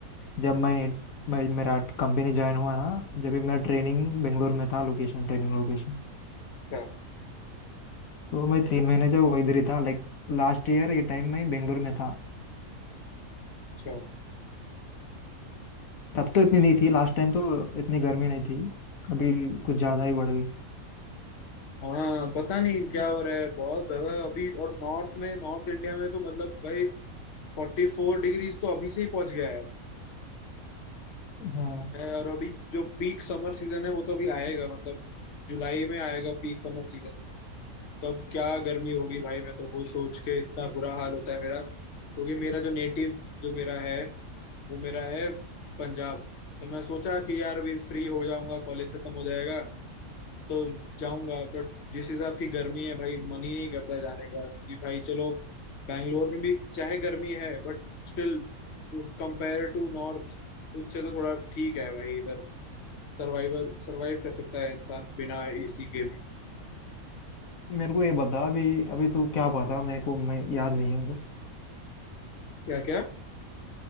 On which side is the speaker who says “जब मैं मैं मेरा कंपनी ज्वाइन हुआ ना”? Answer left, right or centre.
Left